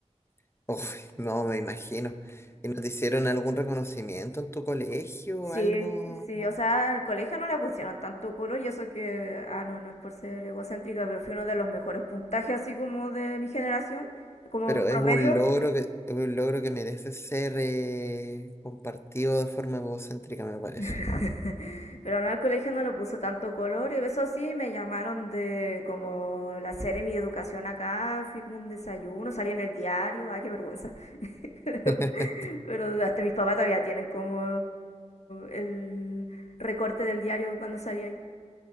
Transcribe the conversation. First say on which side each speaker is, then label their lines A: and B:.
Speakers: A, on the left; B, on the left.
A: <laughs> Uy, no, me imagino. ¿Y no te hicieron algún reconocimiento en tu colegio
B: Sí,
A: o algo?
B: sí, o sea, al colegio no le pusieron tanto color y eso que, ah, no, no es por ser egocéntrica, pero fui uno de los mejores puntajes así como de mi generación, como
A: Pero
B: en promedio,
A: es un logro que, es un logro que merece ser eh, compartido de forma egocéntrica, me parece.
B: <laughs> pero no, al colegio no le puso tanto color y eso sí, me llamaron de como la serie Mi Educación acá, fui como un desayuno, salí en el diario, ah, qué vergüenza. <laughs>
A: <laughs>
B: Pero hasta mis papás todavía tienen como el recorte del diario cuando salí ahí.